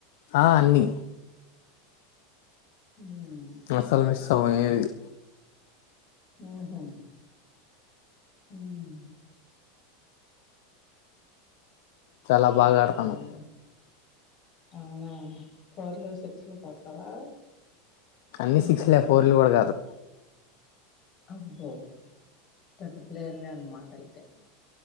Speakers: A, on the left; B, on the left.
A: ఆ అన్ని
B: ఉమ్
A: అసలు <unintelligible> పోయేది
B: ఉహు మ్మ్
A: చాలా బాగా ఆడతాను
B: అమ్మాయి అవునా <unintelligible> కొడతావా
A: అన్ని
B: ఉమ్
A: సిక్స్ లే ఫోర్లు కూడా కాదు
B: అబో పేద్ద పిలేర్వన్మా మాట అయితే